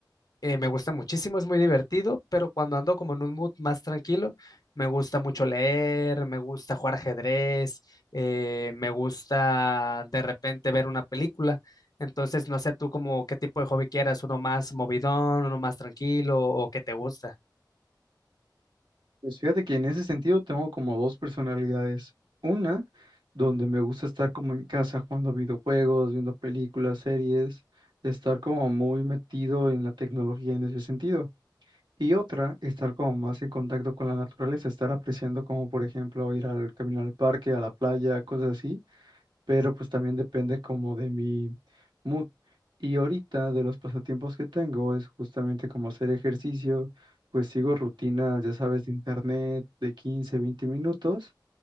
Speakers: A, on the left; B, on the right.
A: eh, me gusta muchísimo, es muy divertido, pero cuando ando como en un mood más tranquilo, me gusta mucho leer, me gusta jugar ajedrez, eh, me gusta de repente ver una película. Entonces, no sé tú como qué tipo de hobby quieras, uno más movidón, uno más tranquilo o qué te gusta.
B: Pues fíjate que en ese sentido tengo como dos personalidades. Una, donde me gusta estar como en casa jugando videojuegos, viendo películas, series, estar como muy metido en la tecnología en ese sentido. Y otra, estar como más en contacto con la naturaleza, estar apreciando como por ejemplo ir al caminar al parque, a la playa, cosas así pero pues también depende como de mi mood. Y ahorita de los pasatiempos que tengo es justamente como hacer ejercicio, pues sigo rutinas, ya sabes, de internet de 15 20 minutos